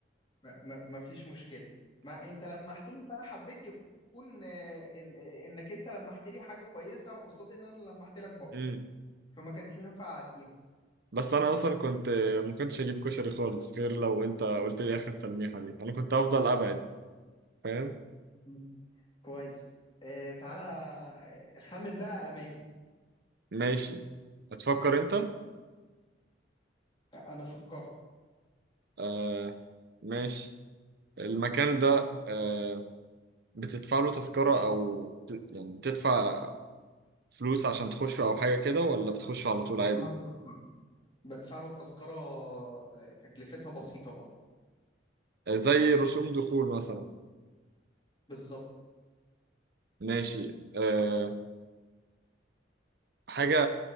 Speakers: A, on the left; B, on the right.
A: ما ما- ما فيش مشكله ما انت لمحت لي فانا حبيت يكون آه، ال- آه، انك انت لمحت لي حاجه كويسه قصاد ان انا لمحت لك برضه
B: امم
A: فما كانش ينفع اعديها
B: بس انا اصلا كنت ما كنتش اجيب كشري خالص غير لو انت قلت لي اخر تلميحه دي انا كنت افضل ابعد فاهم
A: مم. كويس آه، تعالى آه، خمن بقى اماكن
B: ماشي هتفكر انت
A: انا فكرت
B: آه ماشي المكان ده آه بتدفع له تذكره او ت- يعني تدفع فلوس عشان تخشه او حاجه كده ولا بتخشه على طول
A: بدفع
B: عادي
A: له تذكرة بدفع له تذكرة آه، تكلفتها بسيطة برضه
B: آه زي رسوم دخول مثلا
A: بالظبط
B: ماشي آه حاجه